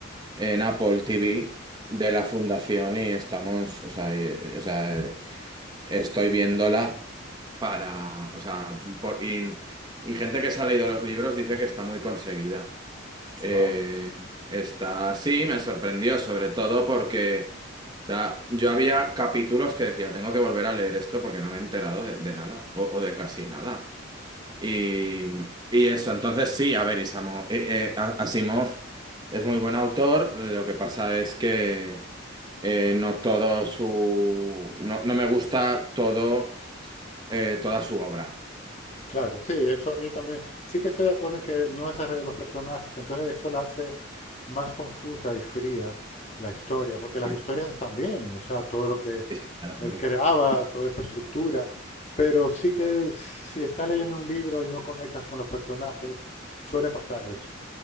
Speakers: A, on the right; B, on the left.
A: en Apple TV de La Fundación y estamos, o sea, y- o sea, estoy viéndola. para, o sea, por- y, y gente que se ha leído los libros dice que está muy conseguida. Eh,
B: Ah,
A: está, sí, me sorprendió, sobre todo porque, o sea, yo había capítulos que decía, tengo que volver a leer esto porque no me he enterado de, de nada, o, o de casi nada. Y, y eso, entonces sí, a ver, Isamo- eh, eh, A- Asimov es muy buen autor, lo que pasa es que eh, no todo su, no, no me gusta todo, eh, toda su obra.
B: claro, sí, eso a mí también. Sí que estoy de acuerdo en que no desarrolla los personajes, entonces eso la hace más confusa y fría la historia, porque las
A: Sí.
B: historias están bien, o sea, todo lo que
A: Sí, sí, ya lo
B: Él
A: creo.
B: creaba toda esa estructura, pero sí que si estás leyendo un libro y no conectas con los personajes, suele pasar eso.